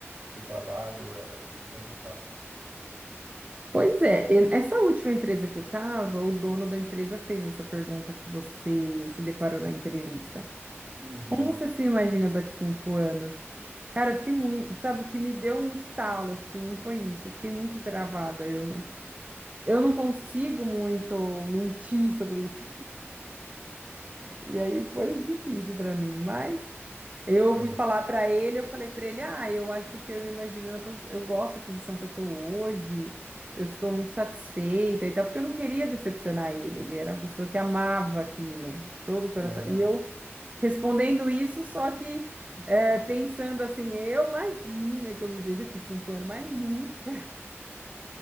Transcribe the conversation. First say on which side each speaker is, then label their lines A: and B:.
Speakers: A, on the right; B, on the right.
A: com o trabalho. É, é complicado.
B: Pois é, e- essa última empresa que eu tava, o dono da empresa fez essa pergunta que você se deparou na entrevista.
A: Uhum,
B: Como você se imagina daqui a cinco anos? Cara, eu fiquei muito, sabe, o que me deu um estalo, assim, foi isso. Eu fiquei muito travada. eu Eu não consigo muito mentir sobre isso. E aí foi difícil para mim, mas eu
A: sim.
B: fui falar para ele, eu falei para ele: "Ah, eu acho que eu me imagino na posi... eu gosto da posição que eu estou hoje. Eu estou muito satisfeita e tal, porque eu não queria decepcionar ele. Ele era uma pessoa que amava aquilo, todo o coração.
A: É,
B: E eu respondendo isso, só que é, pensando assim, eu imagino que eu me vejo aqui cinco anos, mas nunca.